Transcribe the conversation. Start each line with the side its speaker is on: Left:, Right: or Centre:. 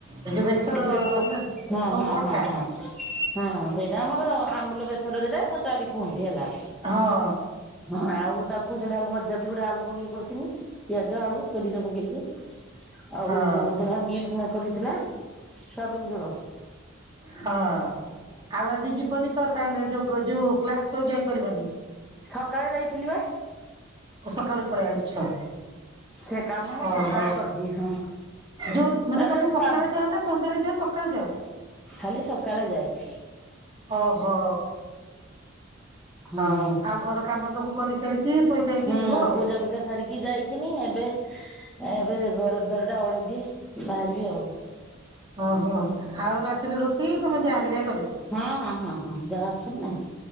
Right: ଏ ଯୋଉ ବେସର
Centre: ଯେ ଗୋ
Right: ନା
Centre: ହଁ
Right: ଓ
Centre: ହଁ
Right: ଖଟା
Centre: ହଁ ହଁ ହଁ ସେଇଟା ଆମର ଆମ୍ବୁଲ ବେସର ଯେଟା ଖଟା ବି କୁହନ୍ତି ହେଲା।
Right: ହଁ।
Centre: ହଁ ଆଉ ତାକୁ ସେଟା ଭଜା ବି ଗୋଟେ ଆଳୁ ପକେଇକ କରି ତିନି ପିଆଜ ଆଳୁ ସୋରିଷ ପକେଇକି ଆଉ
Right: ହଁ
Centre: ଯେଉଟା ମିଲ୍କ ମେକର ହେଇଥିଲା। ସୋୟାବିନି ଝୋଳ।
Right: ହଁ। ଆଉ ଆଜି ଯିବନି ତ ତାହେଲେ ଯୋଉ ଯୋଉ କ୍ଲାସ କରି ଯାଇପାରିବନି?
Centre: ସକାଳେ ଯାଇଥିଲି ବା।
Right: ସକାଳେ ପଳାଇ ଆସିଛ
Centre: ସେ କାମ ମୋର
Right: ହଁ
Centre: ସକାଳେ
Right: ହଁ।
Centre: କରିଦିଏ ହଁ
Right: ଯୋଉ ମାନେ
Centre: ତାପରେ
Right: ତମେ
Centre: ମୁଁ
Right: ସକାଳେ
Centre: ବା
Right: ଯାଅ ନା ସନ୍ଧ୍ୟାରେ ଯାଅ ସକାଳେ ଯାଅ?
Centre: ଖାଲି ସକାଳେ ଯାଏ।
Right: ଓହୋ।
Centre: ହୁଁ।
Right: ହଉ ଆଉ ଘର କାମ ସବୁ କରି କରିକି ଥୋଇ ଥାଇକି
Centre: ହୁଁ
Right: ଯିବ ଆଉ?
Centre: ପୂଜା ପୂଜା ସାରିକି ଯାଇଥିନି ଏବେ ଏବେ ଘର ଦ୍ୱାର ଟା ଓଳେଇ ଦିଏ ବାହାରିବି ଆଉ।
Right: ଓହୋ ଆଉ ରାତିରେ ରୋଷେଇ ତମେ ଯାହା ହେରିକା କରିବେ?
Centre: ହଁ ହଁ ହଁ ହଁ ଯାହା ଅଛନ୍ତି ନା।